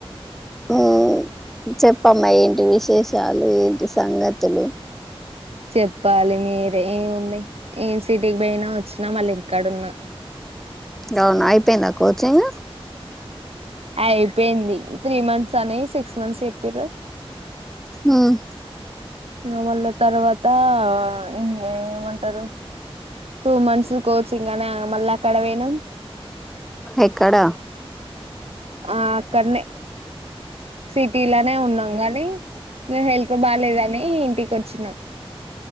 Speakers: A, in the centre; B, on the right.
A: ఉమ్ చెప్పమ్మా ఏంటి విశేషాలు ఏంటి సంగతులు?
B: చెప్పాలి మీరే ఏముంది ఎస్ సిటీకి పోయినా వచ్చినా మళ్ళ ఇంటి కాడా ఉన్నా
A: అవునా అయిపోయిందా కోచింగ్?
B: అయ్పేంది త్రీ మంత్స్ అని సిక్స్ మంత్స్ చెపిన్రూ
A: ఉమ్
B: ఏ మళ్ళీ తర్వాత ఇంగ ఏమంటారు, టూ మంత్స్ కోచింగ్ అని మళ్ళీ అక్కడ పోనాం
A: ఎక్కడ
B: ఆ అక్కడనే సిటీలనే ఉన్నాం గానీ నా హెల్త్ బాలేద్ అని ఇంటి వచ్చిన